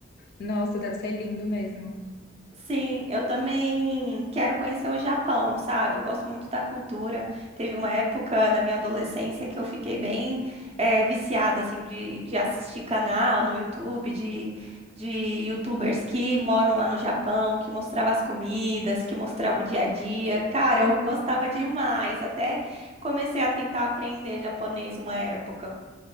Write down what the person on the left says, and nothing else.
Nossa, deve ser lindo mesmo.
Uhum.